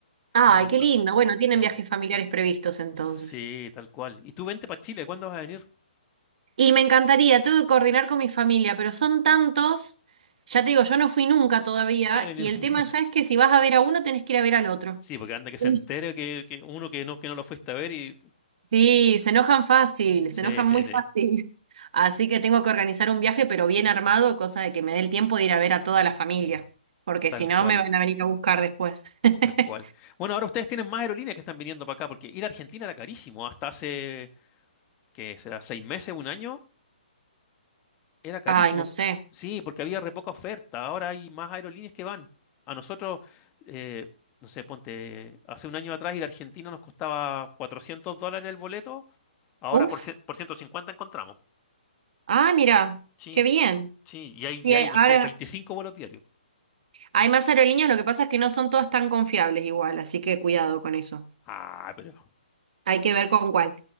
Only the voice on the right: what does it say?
ay,
qué lindo. Bueno, tienen
viajes familiares previstos entonces.
Y me encantaría, tengo que coordinar con mi familia, pero son tantos, ya te digo, yo no fui nunca todavía,
y el
tema
ya es que si vas a ver a uno, tenés que ir a ver al otro.
Sí,
Sí, se enojan fácil,
se enojan
muy
fácil. <laughs> Así que tengo que organizar un viaje, pero bien armado, cosa de que me dé el tiempo de ir a ver a toda la familia, porque
si no,
me van a venir a buscar después. <laughs>
Ay, no sé.
Uf.
Ah, mira,
qué bien.
Y
hay-
ahora
hay más aerolíneas, lo que pasa es que no son todas tan confiables igual, así que cuidado con eso.
Hay que ver con cuál.